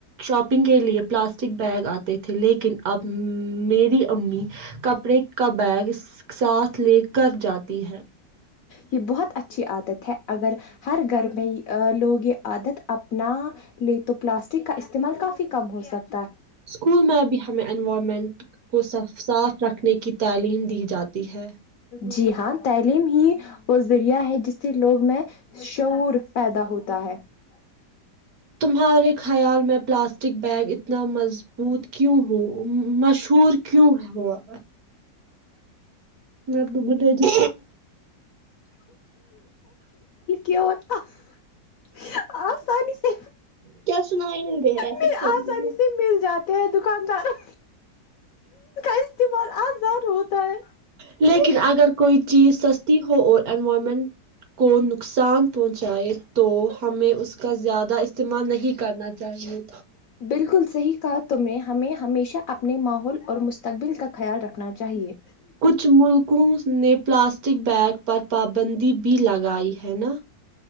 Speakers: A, on the right; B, on the left.
A: شاپنگ کے لیے پلاسٹک بیگ آتے تھے لیکن اب میری امی کپڑے کا بیگ ساتھ <unintelligible> لے کر جاتی ہے
B: یہ بہت اچھی عادت ہے اگر ہر گھر میں لوگ یہ عادت اپنا لے تو پلاسٹک کا استعمال کافی کم ہو سکتا
A: اسکول میں بھی ہمیں انوائرمنٹ کو صاف رکھنے کی تعلیم دی جاتی ہے
B: جی ہاں ت <unintelligible> عم ہی وہ ذریعہ ہے جس سے لوگ میں شعور پیدا ہوتا ہے <unintelligible>
A: تمہارے خیال میں پلاسٹک بیگ اتنا مضبوط کیوں ہو مشہور کیوں ہے ہوا میں تو بٹ جی
B: پیت آ <unintelligible> آسانی سے
A: کیا سنا ہی نہیں دے رہا
B: میں
A: ہے سب
B: آسانی سے مل جاتی تھ دکاندار <unintelligible> استعمال آزار ہوتا ہے
A: لیکن اگر کوئی چیز سستی ہو اور انوائرمنٹ کو نقصان پہنچائے تو ہمیں اس کا زیادہ استعمال نہیں کرنا چاہیے
B: بالکل صحیح کہا تم نے ہمیں ہمیشہ اپنے ماحول اور مستقبل کا خیال رکھنا چاہیے
A: کچھ ملکوں سے نے پلاسٹک بیگ پر پابندی بھی لگائی لگائی ہے نا